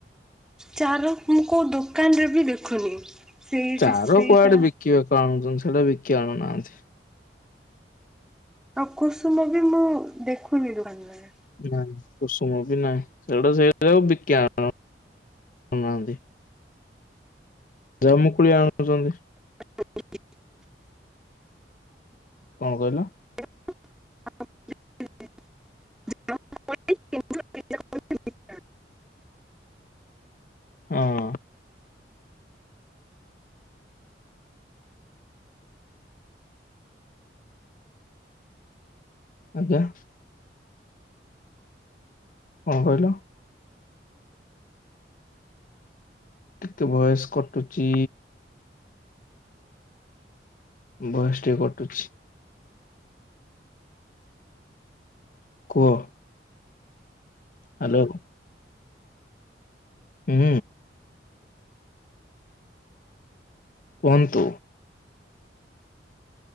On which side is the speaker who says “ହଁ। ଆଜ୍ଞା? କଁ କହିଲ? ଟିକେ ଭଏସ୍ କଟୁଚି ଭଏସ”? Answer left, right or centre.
Left